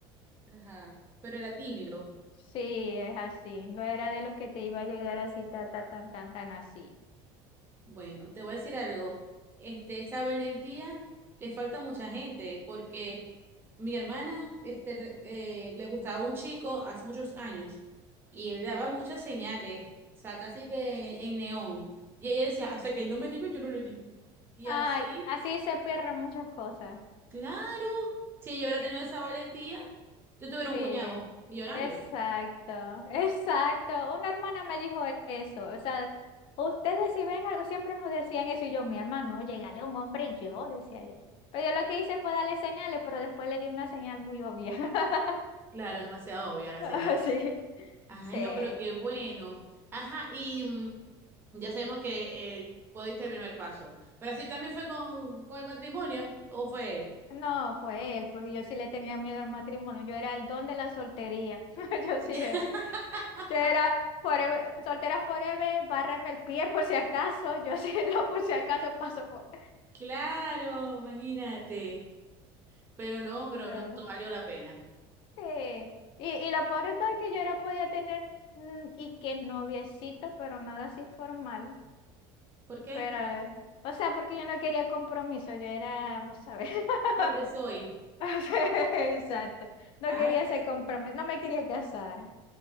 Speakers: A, on the right; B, on the left.
A: Ajá, pero era tímido.
B: Sí, es así, no era de los que te iba a llegar así, ta, ta, tan, tan, tan así.
A: Bueno, te voy a decir algo. Este, esa valentía le falta a mucha gente, porque mi hermana, este, re- eh, le gustaba un chico hace muchos años y él daba muchas señales, o sea, casi que en neón. Y ella decía, hasta que él no me diga, yo no le digo. Y
B: Ay,
A: así,
B: así se pierden muchas cosas.
A: claro, si ella hubiera
B: Eh,
A: tenido esa valentía, yo tuviera
B: Sí,
A: un cuñado millonario.
B: exacto, exacto. Una hermana me dijo eso. O sea, ustedes si ven algo, siempre nos decían eso. Y yo, mi hermano, llegale a un hombre y yo, decía yo. Pero yo lo que hice fue darle señales, pero después le di una señal muy obvia. <laughs>
A: Claro, demasiado obvia la
B: Ah,
A: señal.
B: Sí,
A: Ay,
B: sí.
A: no, pero qué bueno. Ajá, y mm, ya sabemos que eh, podiste el primer paso. Pero así también fue con, con el matrimonio, ¿o fue él?
B: No, fue él, porque yo sí le tenía miedo al matrimonio. Yo era el don de la soltería. <laughs> Yo
A: <laughs>
B: sí era. Yo era forever- soltera forever, bárrame el pie por si acaso. Yo sí, <laughs> lo por si acaso paso por.
A: Claro, imagínate. Pero no, pero
B: No.
A: no to- valió la pena.
B: Sí, y, y lo peor de todo es que yo era podía tener mm, y que noviecito, pero nada así formal.
A: ¿Por qué?
B: Pero, eh, o sea, porque yo no quería compromiso, yo era, vos sabés. <laughs>
A: Libre soy.
B: Sí, Exacto. No
A: Ay,
B: quería
A: Dios
B: ese compromiso,
A: mío.
B: no me quería casar.